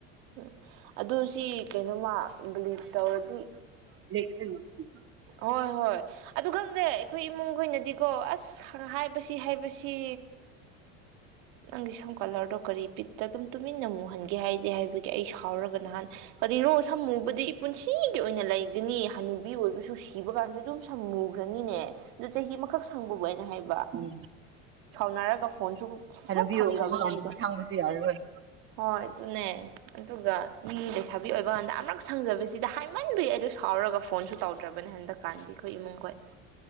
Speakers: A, on the right; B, on the right.
A: ꯎꯝ ꯑꯗꯨ ꯁꯤ ꯀꯩꯅꯣꯃ ꯕꯤꯂꯤꯞ ꯇꯧꯔꯗꯤ
B: ꯎ
A: ꯍꯣꯏ ꯍꯣꯏ ꯑꯗꯨ ꯈꯪꯗꯦ ꯑꯩꯈꯣꯏ ꯏꯃꯨꯡꯈꯣꯏ ꯑꯣꯏꯅꯗꯤꯀꯣ ꯑꯁ ꯍꯥꯏꯕꯁꯤ ꯍꯥꯏꯕꯁꯤ ꯅꯪꯒꯤ ꯁꯝ ꯀꯂꯔꯗꯣ ꯀꯔꯤ ꯄꯤꯠꯇ ꯑꯗꯨꯝ ꯇꯨꯃꯤꯟꯅ ꯃꯨꯍꯟꯒꯦ ꯍꯥꯏꯗꯦ ꯍꯥꯏꯕꯒꯤ ꯑꯩ ꯁꯥꯎꯔꯒ ꯅꯍꯥꯟ ꯀꯔꯤꯅꯣ ꯁꯝ ꯃꯨꯕꯗꯤ ꯄꯨꯟꯁꯤꯒꯤ ꯑꯣꯏꯅ ꯂꯩꯒꯅꯤ ꯍꯅꯨꯕꯤ ꯑꯣꯏꯕꯁꯨ ꯁꯤꯕ ꯀꯥꯟꯁꯨ ꯑꯗꯨꯝ ꯁꯝ ꯃꯨꯈ꯭ꯔꯅꯤꯅꯦ ꯑꯗꯨ ꯆꯍꯤ ꯑꯃꯈꯛ ꯁꯪꯕꯕꯨ ꯍꯥꯏꯅ ꯍꯥꯏꯕ
B: ꯍꯝ
A: ꯁꯥꯎꯅꯔꯒ ꯐꯣꯟꯁꯨ ꯐꯠ
B: ꯀꯅꯕꯤꯤꯌꯛꯑꯣ
A: ꯊꯝꯈ꯭ꯔꯕꯅꯦ
B: ꯃꯉꯗꯤ
A: ꯑꯩꯗꯣ
B: ꯁꯥꯡꯕꯁꯨ ꯌꯥꯔꯔꯣꯏ
A: ꯍꯣꯏ ꯑꯗꯨꯅꯦ ꯑꯗꯨꯒ ꯃꯤ ꯂꯩꯁꯥꯕꯤ ꯑꯣꯏꯕ ꯀꯥꯟꯗ ꯑꯃꯔꯛ ꯁꯪꯖꯕꯁꯤꯗ ꯍꯥꯏꯃꯟꯕꯤ ꯑꯩꯗꯣ ꯁꯥꯎꯔꯒ ꯐꯣꯟꯁꯨ ꯇꯧꯗ꯭ꯔꯕꯅꯦ ꯍꯟꯗꯛꯀꯥꯟꯗꯤ ꯑꯩꯈꯣꯏ ꯏꯃꯨꯡꯈꯣꯏ